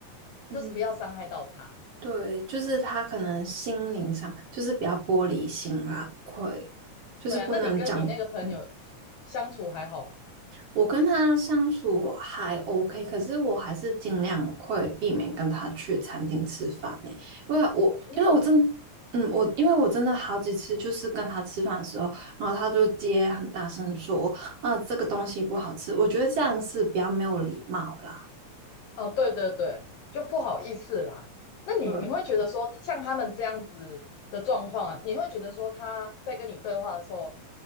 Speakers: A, on the right (about 55°); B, on the left (about 65°).
A: 嗯，
B: 就是不要伤害到他。
A: 对，就是他可能心灵上就是比较玻璃心啦，
B: 啊
A: 会就是不能讲，
B: 对啊，那你跟你那个朋友
A: 嗯，
B: 相处还好吗？
A: 我跟他相处还 OK，可是我还是尽量会避免跟他去餐厅吃饭呢、欸因为我因为我真的
B: 你有
A: 嗯我因为我真的好几次就是跟他吃饭的时候，然后他就接很大声说，啊这个东西不好吃，我觉得这样是比较没有礼貌啦。
B: 哦，对对对，就不好意思啦。那你你会觉得说，
A: 对，
B: 像他们这样子的状况啊，你会觉得说他在跟你对话的时候，